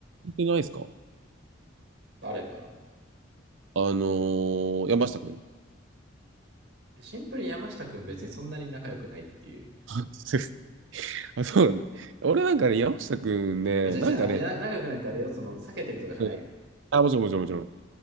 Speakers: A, on the right; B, on the right.
A: 聞いてないですか
B: 誰から
A: あのー山下くん。
B: シンプルに山下くん別にそんなに仲良くないっていう。
A: あ、すいません <laughs> あそうなんだ。俺なんかね、山下くんね、
B: あれ、違う違う、
A: なんかね、
B: あの、や仲良くないってあれよ、その、避けてるとかじゃないよ。
A: うんあ、もちろんもちろんもちろん。